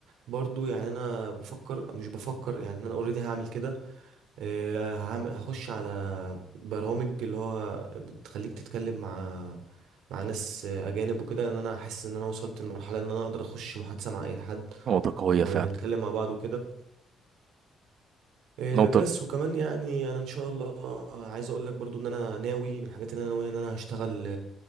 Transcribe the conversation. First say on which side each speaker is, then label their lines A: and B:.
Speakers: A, on the right (about 85°); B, on the right (about 65°).
A: برضو يعني أنا بفكر مش بفكر يعني أنا أوريدي هعمل كده آه، هعم- هخش على برامج اللي هو بتخليك تتكلم مع مع ناس آه، اجانب وكده لان انا احس ان انا وصلت لمرحله ان انا اقدر اخش محادثه مع اي حد
B: نقطة قوية
A: ونتكلم
B: فعلا
A: مع بعض وكده آه،
B: نقطة
A: بس وكمان يعني انا ان شاء الله آه، عايز اقول لك برضو ان انا ناوي من الحاجات اللي انا ناويها ان انا هشتغل